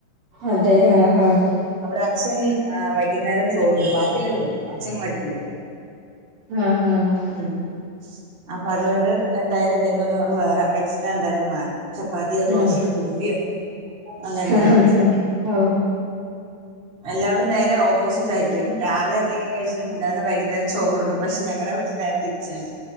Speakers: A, on the right (about 60°); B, on the right (about 25°).
A: അതെ ആഹ് ആഹ്
B: അവടെ അച്ഛൻ വൈകുന്നേരം ചോറുണ്ണും ബാക്കി എല്ലരും ഉണ്ണും അഛൻ കഴിക്കില്ല
A: ആഹ് ആഹ്
B: ഉം അപ്പൊ അതുകൊണ്ട് എന്തായാലും എന്തെങ്കിലും ഒന്നോടെ വേണം എക്സ്ട്രാ എന്തായാലും വേണം ചപ്പാത്തിയോ ദോശയോ
A: ആഹ്
B: പൂരിയോ അങ്ങനെ എന്തെങ്കിലും
A: ആഹ് ആഹ് ഓഹ്
B: എല്ലാവടും നേരെ ഓപ്പോസിറ്റ് ആയിരിക്കും രാവിലെ എന്തെങ്കിലും കഴിച്ച മിണ്ടാണ്ട് വൈകുന്നേരം ചോറുണ്ണും പക്ഷെ ഞങ്ങളുടെ വീട്ടില് നേരെ തിരിച്ചാണ്